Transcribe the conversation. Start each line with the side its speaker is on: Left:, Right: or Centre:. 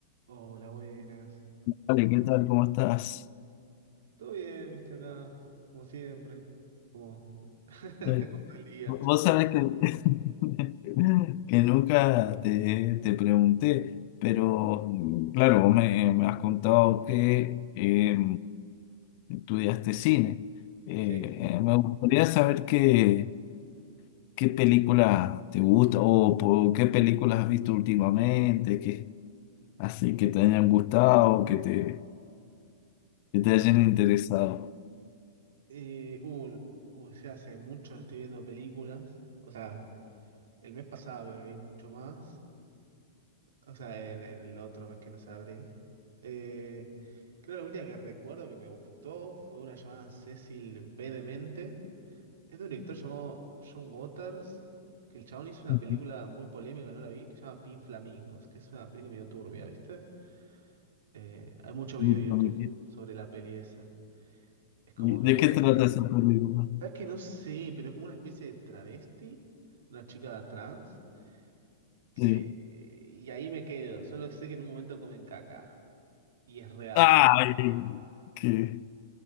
Right: Hola, buenas.
Left: Vale, ¿qué tal? ¿Cómo estás?
Right: ¿Todo bien, viste acá? Como siempre. Como, <laughs>
Left: Eh,
Right: como todo el día,
Left: Vos
Right: chamo.
Left: sabés que, <laughs> que nunca te, te pregunté, pero mm, claro, vos me, me has contado que eh, estudiaste cine. Eh,
Right: Sí.
Left: eh, me gustaría saber qué, qué película te gusta o po- qué películas has visto últimamente, que, así que te hayan gustado, que te, que te hayan interesado.
Right: Eh, uh, o sea, hace mucho no estoy viendo películas. O sea, el mes pasado creo que vi mucho más. O sea, en, en el otro mes que no sea abril. Eh, creo que la última que recuerdo que me gustó fue una llamada Cecil B. Demente. Es de un director llamado John Waters, que el chabón hizo una
Left: Ujú.
Right: película muy polémica, no la vi, que se llama Pin Flamingos, que es una película medio turbia, ¿viste? Eh, hay muchos
Left: ¿Y-
Right: videos
Left: y-
Right: de YouTube sobre la peli esa. Es como
Left: y
Right: que...
Left: ¿De qué trata esa película?
Right: ¿Sabes que No sé, pero es como una especie de travesti, una chica trans, que...
Left: Sí.
Right: Y ahí me quedo, solo sé que en un momento comen caca. Y es real.
Left: Ay, qué